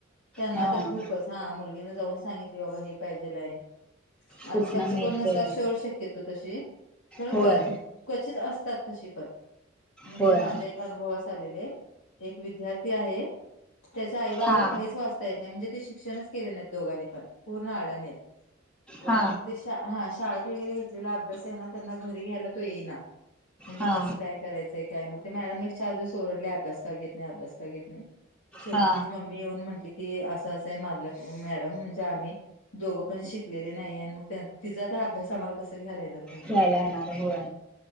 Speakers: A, on the left; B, in the centre.
A: त्यांना
B: हा
A: तर खूपच, हा मुलगीने जाऊन सांगितली, बाबा हे पाहिजेलाय..
B: कुठनं
A: आजकालचे
B: मिळते
A: कोण नसताात शोर शक्यतो तशे खर
B: होय
A: तर क्वचित असतात तशे पण, म्हणजे
B: होय
A: माझ्या एक अनुभवास आलेले एक विद्यार्थी आहे. त्याच्या आई बाबाला
B: हा
A: काहीच वाचता येत नाही म्हणजे ते शिक्षणच केले नाहीत दोघांनीपण, पूर्ण आडाणीत
B: हा
A: आणि मग ते श हा शाळेत वगैरे घेतलेला अभ्यास आहे ना त्यांना घरी घ्यायला तो येईना. म्हणजे
B: हा
A: कस काय करायचय काय मग, ते मॅडम एक चार दिवस ओरडले अभ्यास का घेत नाही अभ्यास का घेत नाही. शेवटी
B: हा
A: तिची मम्मी येऊन म्हटली की अस अस माझ मॅडम म्हणजे आम्ही दोघपण शिकलेले नाही आणि मग तिचा तर अभ्यास आम्हाला कस घ्यायला येणार. म्ह
B: घ्यायला येणार होय